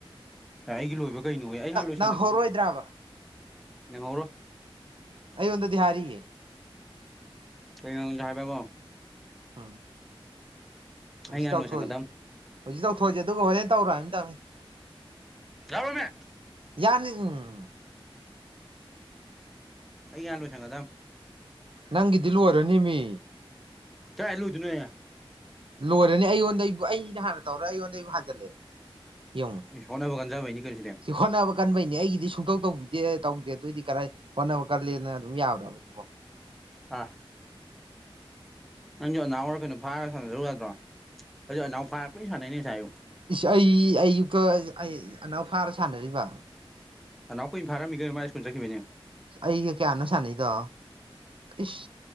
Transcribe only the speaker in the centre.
ꯑꯩꯒꯤ ꯂꯣꯏꯕ ꯀꯩꯅꯣ ꯍ ꯑꯩ ꯍꯥꯟꯅ ꯂꯣꯏꯁꯤꯜꯂꯒꯦ
ꯀꯩꯅꯣ ꯌꯦꯡꯍꯧꯔꯣꯏ
ꯀꯥ ꯌꯥ ꯍꯥꯏꯕꯕꯣ
ꯑꯩ ꯍꯥꯟꯅ
ꯂꯣꯏꯁꯟꯒꯗꯕ
ꯌꯥꯕꯣ ꯃꯃꯦ
ꯑꯜꯂꯣꯁꯪꯒꯗ
ꯀꯌꯥ ꯏꯂꯨ ꯊꯅ ꯑ
ꯍꯣꯠꯅꯕ ꯀꯟꯖꯕꯩꯅꯤ ꯀꯩꯅꯣ ꯁꯤꯗꯤ
ꯑ ꯅꯪꯁꯨꯣ ꯅꯅꯥꯎꯔ ꯀꯩꯅꯣ ꯐꯥꯔꯒ ꯁꯥꯟꯅꯔꯨ ꯌꯥꯗ꯭ꯔꯣ ꯑꯗꯨ ꯑꯅꯥꯎ ꯐꯥꯔ ꯀꯨꯏꯅ ꯁꯥꯟꯅꯩꯅꯦ ꯉꯁꯥꯏꯌꯨ
ꯑꯅꯥꯎ ꯀꯨꯏꯅ ꯐꯥꯔꯝꯃꯤꯒꯅ ꯃꯥ ꯁ꯭ꯀꯨꯜ ꯆꯠꯈꯤꯕꯅꯦ